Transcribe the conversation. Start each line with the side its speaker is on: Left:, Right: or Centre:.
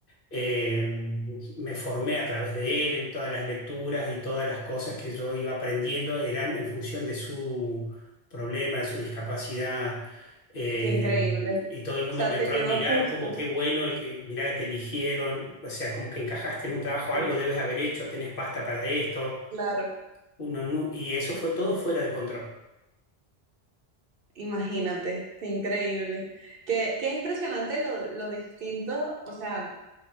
Left: eh, me formé a través de él en todas las lecturas y todas las cosas que yo iba aprendiendo eran en función de su problema, de su discapacidad. Eh,
Right: Qué increíble.
Left: y
Right: O
Left: todo el mundo
Right: sea,
Left: me entró
Right: te quedó
Left: a mirar
Right: justo.
Left: como qué bueno el que, mirá que te eligieron, o sea, como que encajaste en un trabajo,
Right: Sí,
Left: algo debes haber hecho, tenés pasta para esto.
Right: claro.
Left: Uno no, y eso fue todo fuera de control.
Right: Imagínate, qué increíble. Qué, qué impresionante lo, lo distinto, o sea,